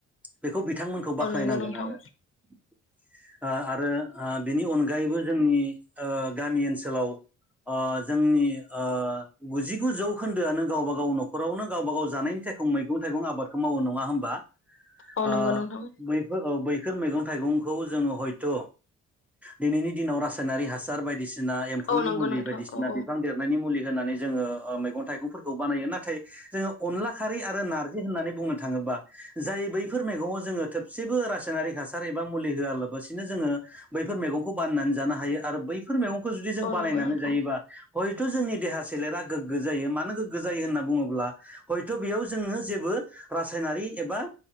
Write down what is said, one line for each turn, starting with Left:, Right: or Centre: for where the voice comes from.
Centre: बेखौ बि- बिथांमोनखौ
Left: औ
Centre: बाख्नायनांगोन
Left: नंगौ नोंथां
Centre: आरो आ ओ आ आरो बिनि अनगायैबो जोंनि ओ गामि ओनसोलाव ओ जोंनि ओ गुजिगु जौखोन्दोआनो गावबा गाव न'खरावनो गावबा गाव जानाय मैगं थाइगं आबादखौ मावो नङा हबा
Left: औ नंगौ
Centre: ओ
Left: नोंथां
Centre: बैफोर बैखोर मैगं थाइगंखौ जोङो हयथ' दिनैनि दिनाव रासायनारि हा हासार बायदिसिना एम्फौनि
Left: औ नंगौ
Centre: मुलि
Left: नोंथां
Centre: बायदिसिना
Left: औ औ
Centre: बिफां देरनायनि मुलि होननानै जोङो ओ मैगं थाइगंफोरखौ बानायो नाथाय जोङो अनला खारि आरो नारजि होननानै बुंनो थाङोब्ला ओ जाय बैफोर मैगङाव जोङो थबसेबो रासायनारिक हासार एबा मुलि होआलाबासिनो जोङो बैफोर मैगंखौ बानायनानै जानो हायो आरो बैफोर मैगंखौ जुदि जों
Left: औ
Centre: बानायनानै
Left: नंगौ नोंथां
Centre: जायोबा हयथ' जोंनि देहा सोलेरा गोग्गो जायो मानो गोग्गो जायो होनना बुङोब्ला हयथ' बेयाव जोंङो जेबो रासायनारि एबा